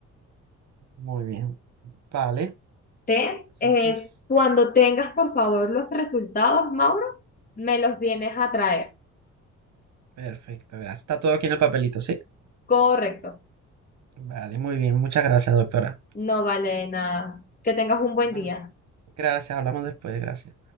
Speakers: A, on the right; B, on the left.
A: Muy bien. Vale.
B: ¿Te?
A: Entonces.
B: eh, cuando tengas, por favor, los resultados, Mauro, me los vienes a traer.
A: Perfecto, gracias. Está todo aquí en el papelito, ¿sí?
B: Correcto.
A: Vale, muy bien. Muchas gracias, doctora.
B: No vale de nada. Que tengas un buen
A: No,
B: día.
A: Gracias, hablamos después, gracias.